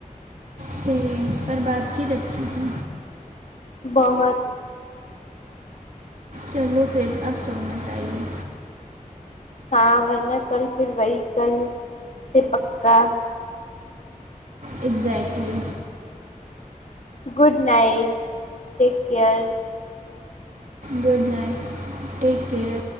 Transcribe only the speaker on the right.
سیم پر بات چیت اچھی تھی
چلو پھر اب سونا چاہیے
exactly
good night take care